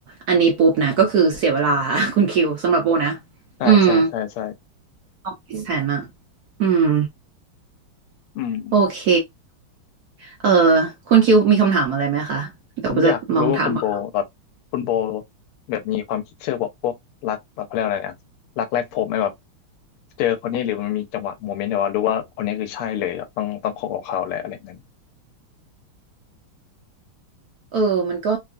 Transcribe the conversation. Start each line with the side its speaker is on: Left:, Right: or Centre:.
Right: อันนี้ปุ๊บนะก็คือเสียเวลาค่ะ <laughs> คุณคิวสำหรับโบนะ
Left: ใช่ใช่ใช่ใช่
Right: อืมออกแสนอะอืม
Left: อืม
Right: โอเค เออคุณคิวมีคำถามอะไรไหมคะเดี๋ยวจะลองถามก่อน
Left: ผมอยากรู้ว่าคุณโบแบบคุณโบแบบมีความคิดเชื่อบอกพวกรักแบบเขาเรียกอะไรนะรักแรกพบไหมแบบเจอคนนี้หรือมันมีจังหวะโมเมนต์แบบว่ารู้ว่าคนนี้คือใช่เลยแบบต้องต้องคบกับเขาแล้วอะไรเงี้ย
Right: เออมันก็